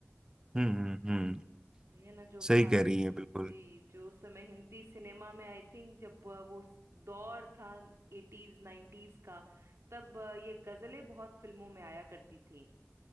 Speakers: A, on the right; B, on the right.
A: हम्म हम्म हम्म
B: जी है ना जो
A: सही
B: भारत
A: कह रही हैं बिल्कुल
B: जी जो उस समय हिंदी सिनेमा में आई थिंक जब अ, वो स- दौर था एटीज नाइन्टीज का तब अ, ये गजलें बहुत फिल्मों में आया करती थी